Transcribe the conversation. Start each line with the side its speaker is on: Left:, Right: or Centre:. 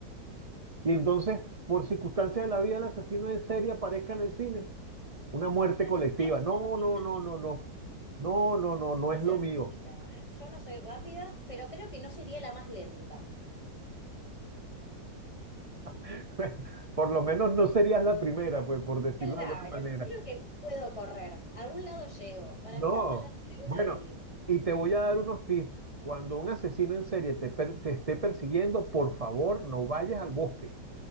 Right: y entonces, por circunstancias de la vida, el asesino en serie aparezca en el cine. Una muerte
Left: Bueno,
Right: colectiva.
Left: ahí yo
Right: No,
Left: tengo expectativa
Right: no, no, no, no. No, no, no, no
Left: Tiene
Right: es
Left: que ser
Right: lo mío.
Left: rápida, ¿eh? Yo no soy rápida, pero creo que no sería la más lenta.
Right: <laughs> Por lo menos no serías la primera, pues, por decirlo
Left: Claro,
Right: de alguna manera.
Left: yo creo que puedo correr. A algún lado llego. Para
Right: No,
Left: mí que a algún lado llego
Right: bueno,
Left: y sobrevivo.
Right: y te voy a dar unos tips. Cuando un asesino en serie te, per- te esté persiguiendo, por favor, no vayas al bosque.